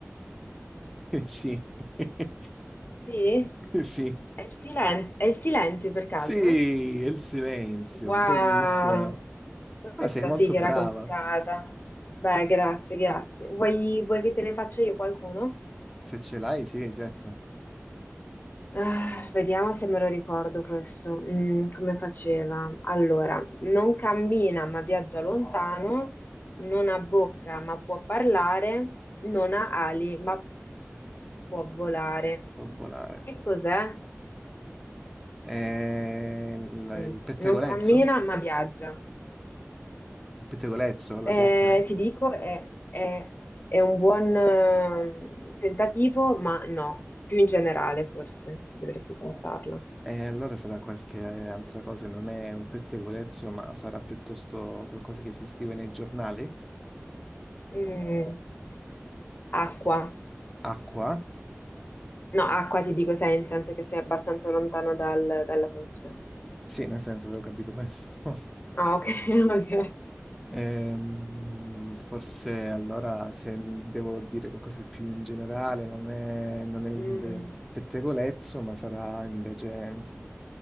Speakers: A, in the centre; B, on the left.
A: Eh, Sì. <laughs>
B: Sì?
A: Sì.
B: È il silenzio, è il silenzio per caso?
A: Sì, è il silenzio,
B: Wow,
A: bravissima.
B: questa
A: Ah, sei molto
B: sì che
A: brava.
B: era complicata. Beh, grazie, grazie. Vuoi, vuoi che te ne faccia io qualcuno?
A: Se ce l'hai, sì, certo.
B: Ah, vediamo se me lo ricordo questo. Mm, come faceva? Allora, non cammina ma viaggia lontano, non ha bocca ma può parlare, non ha ali ma può volare.
A: Può volare.
B: Che cos'è?
A: Eh, la-
B: Mm,
A: il pettegolezzo?
B: non cammina ma viaggia.
A: Il pettegolezzo, la
B: Eh,
A: chiacchiera?
B: ti dico, è, è- è un buon eh, tentativo, ma no, più in generale forse dovresti pensarlo.
A: E allora sarà qualche altra cosa, non è un pettegolezzo, ma sarà piuttosto qualcosa che si scrive nei giornali.
B: Mm, acqua.
A: Acqua?
B: No, acqua ti dico sei, in senso che sei abbastanza lontano dal- dalla soluzione.
A: Sì, nel senso, avevo capito questo. <laughs>
B: Ah, ok, <laughs> ok.
A: Ehm, forse allora se devo dire qualcosa di più in generale, non è, non è il
B: Mm,
A: pettegolezzo, ma sarà invece...